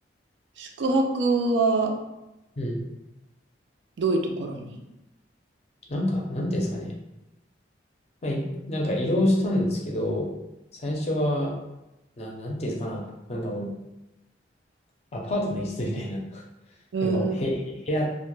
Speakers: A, on the right; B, on the left.
A: 宿泊は
B: うん。
A: どういうところに
B: なんか、なんていうんですかね。まあ、いなんか移動したんですけど、最初は、な、なんていうんですかな。なんかもう、アパートの一室みたいな。<laughs>
A: えー、
B: なんかもう、へ、部屋、